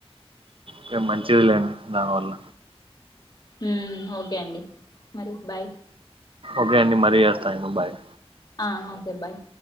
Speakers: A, on the right; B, on the left.
A: కే మంచిది లేండి దానివల్ల
B: ఊ ఓకే అండి మరి బాయ్
A: ఓకే అండి మరీ చేస్తా నేను బాయ్
B: ఆ ఓకే బాయ్